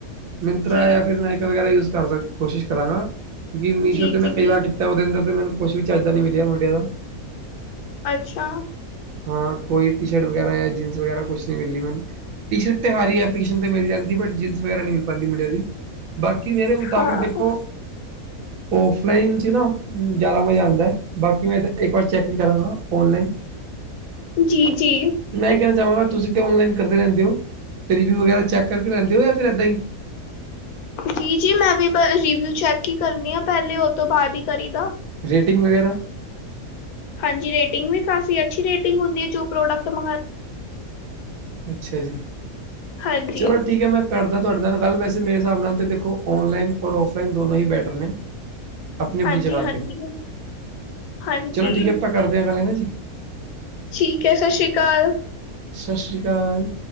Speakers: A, on the right; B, on the left.
A: ਮਿੰਤਰਾ
B: ਜੀ।
A: ਯਾ ਫੇਰ ਨਾਇਕਾ ਵਗੈਰਾ ਯੂਜ ਕਰ ਸਕ ਕੋਸ਼ਿਸ਼ ਕਰਾਂਗਾ ਕਿਉਂਕਿ ਮੀਸ਼ੋ
B: ਜੀ-ਜੀ,
A: 'ਤੇ ਮੈਂ ਕਈ ਵਾਰ ਕੀਤਾ ਓਦੇ ਅੰਦਰ ਤੇ ਮੈਨੂੰ ਕੁਛ ਵੀ ਚਜ ਦਾ ਨੀ ਮਿਲਿਆ ਮੁੰਡਿਆਂ ਦਾ।
B: ਅੱਛਾ।
A: ਹਾਂ ਕੋਈ ਟੀ ਸ਼ਰਟ ਵਗੈਰਾ ਯਾ ਜੀਨਸ ਵਗੈਰਾ ਕੁਛ ਨੀ ਮਿਲੀ ਮੈਨੂੰ। ਟੀ ਸ਼ਰਟ ਤੇ ਹਰ ਈ ਅੱਪਲੀਕੇਸ਼ਨ ਤੇ ਮਿਲ ਜਾਂਦੀ ਹੈ, ਬਟ ਜੀਨਸ ਵਗੈਰਾ ਨੀ ਮਿਲ ਪਾਦੀਂ ਮੁਡੀਆਂ ਦੀ। ਬਾਕੀ ਮੇਰੇ ਮੁਤਾਬਿਕ
B: ਹਾਂ,
A: ਦੇਖੋ ਔਫਲਾਈਨ 'ਚ ਨਾ ਜਾਦਾ ਮਜ਼ਾ ਆਂਦੈ, ਬਾਕੀ ਮੈਂ ਤਾਂ ਇੱਕ ਵਾਰ ਚੈੱਕ ਵੀ ਕਰਾਂਗਾ ਔਨਲਾਈਨ।
B: ਜੀ-ਜੀ।
A: ਤੇ ਮੈਂ ਐ ਕੈਨਾ ਚਾਵਾਂਗਾ ਤੁਸੀਂ ਤੇ ਔਨਲਾਈਨ ਕਰਦੇ ਰੈਂਦੇ ਓ ਤੇ ਰਿਵਿਊ ਵਗੈਰਾ ਚੈੱਕ ਕਰਕੇ ਲੈਂਦੇ ਓ ਯਾ ਫਿਰ ਏਦਾਂ ਈ।
B: ਜੀ, ਜੀ ਮੈਂ ਵੀ ਰਿੀਵਿਊ ਚੈੱਕ ਹੀ ਕਰਨੀ ਆ ਪੈਲੇ ਓ ਤੋਂ ਬਾਦ ਈ ਕਰੀਦਾ।
A: ਰੇਟਿੰਗ ਵਗੈਰਾ
B: ਹਾਂਜੀ ਰੇਟਿੰਗ ਵੀ ਕਾਫੀ ਅੱਛੀ ਰੇਟਿੰਗ ਹੁੰਦੀ ਏ ਜੋ ਪ੍ਰੋਡਕਟ ਮੰਗ
A: ਅੱਛਾ ਜੀ,
B: ਹਾਂਜੀ,
A: ਚਲੋ ਠੀਕ ਐ ਮੈਂ ਕਰਦਾ ਤੁਆਡੇ ਨਾਲ ਗੱਲ ਵੈਸੇ ਮੇਰੇ ਹਿਸਾਬ ਨਾਲ ਤਾਂ ਦੇਖੋ ਔਨਲਾਈਨ ਔਰ ਔਫਲਾਈਨ ਦੋਨੋਂ ਹੀ ਬੈਟਰ ਨੇ। ਅਪਨੀ-ਅਪਨੀ
B: ਹਾਂਜੀ-ਹਾਂਜੀ।
A: ਜਗ੍ਹਾ ਤੇ,
B: ਹਾਂਜੀ
A: ਚਲੋ ਠੀਕ ਐ ਆਪਾਂ ਕਰਦੇ ਆਂ ਗੱਲ ਹੈਨਾ ਜੀ।
B: ਠੀਕ ਐ, ਸਸ ਸ਼੍ਰੀ ਕਾਲ।
A: ਸਸ ਸ਼੍ਰੀ ਕਾਲ।